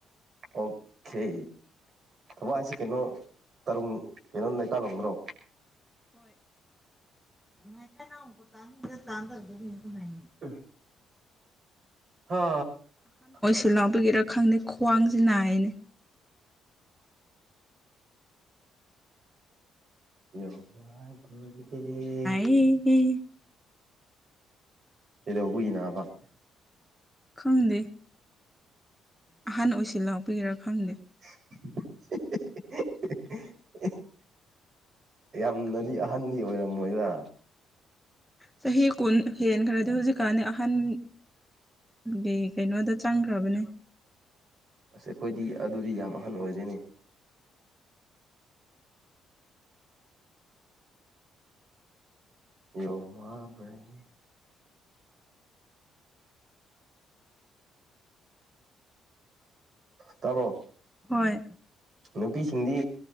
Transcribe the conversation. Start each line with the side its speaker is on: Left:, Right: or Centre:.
Right: ꯑꯣꯀꯦ ꯊꯕꯛ ꯍꯥꯏꯁꯤ ꯀꯩꯅꯣ ꯇꯔꯨ ꯀꯩꯅꯣ ꯅꯩꯀꯥꯜꯂꯣꯗ꯭ꯔꯣ
Centre: ꯃ ꯀꯩꯅ ꯇꯅꯤꯗ ꯇꯗꯗ <inaudible>
Right: ꯑ <inaudible> ꯍ <inaudible>
Centre: ꯄꯦꯔꯥꯠ ꯂꯥꯛꯄꯒꯤꯔ ꯈꯪꯗꯦ ꯈ꯭ꯋꯥꯡꯁꯤ ꯅꯥꯢꯅꯦ
Right: ꯌꯒꯤꯗꯤ <inaudible>
Centre: ꯍꯤ ꯍꯤ
Right: ꯀꯩꯗꯧꯕꯒꯤ ꯅꯕ
Centre: ꯈꯪꯗꯦ ꯑꯍꯟ ꯑꯣꯏꯁꯤꯜ ꯂꯥꯛꯄꯤꯒꯔꯥ ꯈꯪꯗꯦ
Right: <inaudible> ꯌꯥꯝꯅꯗꯤ ꯑꯍꯟꯗꯤ ꯑꯣꯏꯔꯝꯃꯣꯏꯗ
Centre: ꯆꯍꯤ ꯀꯨꯟ ꯍꯦꯟꯈꯔꯦ ꯑꯗꯨ ꯍꯧꯖꯤꯛꯀꯥꯟꯅꯤ ꯑꯍꯟꯒꯤ ꯀꯩꯅꯣꯗ ꯆꯪꯈ꯭ꯔꯕꯅꯦ
Right: ꯑꯁ ꯑꯩꯈꯣꯏꯗꯤ ꯑꯗꯨꯗꯤ ꯌꯥꯝ ꯑꯍꯟ ꯑꯣꯏꯗꯣꯏꯅꯦ ꯌꯣꯡꯃ ꯕ꯭ꯔꯩ ꯇꯥꯕꯣ
Centre: ꯍꯣꯏ
Right: ꯅꯨꯄꯤꯁꯤꯡꯗꯤ